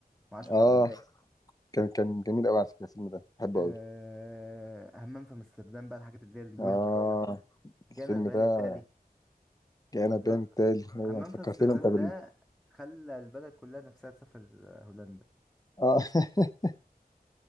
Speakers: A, in the centre; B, on the left (about 25°).
A: مع اشرف
B: اه
A: عبد آه. الباقي
B: كان كان جميل قوي على فكره الفيلم ده بحبه
A: أه
B: قوي
A: همام في امستردام بقى الحاجات اللي هي الجولد
B: اه الفيلم
A: جانا البيان
B: ده
A: التالي
B: كأنا باين
A: هم-
B: التالي أيوة
A: همام
B: أنت فكرتني
A: في امستردام
B: أنت بال
A: ده خلى البلد كلها نفسها تسافر آه، هولندا
B: آه <laughs>